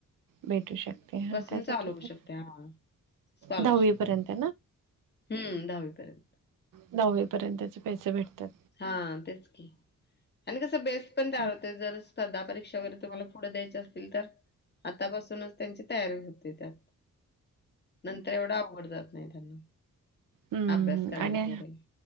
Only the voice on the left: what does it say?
<unintelligible> चालू
शकत्या, स्कॉलरशिप
पण
हम्म दहावीपर्यंत.
हा तेच की. आणि कसं बेस पण तयार
होतंय जर स्पर्धा परीक्षा वगैरे तुम्हाला पुढं द्यायच्या असतील तर. आतापासूनच त्यांची तयारी होते त्यात, नंतर येवढा अवघड जात नाही त्यांना.
अभ्यास
करायला
वगैरे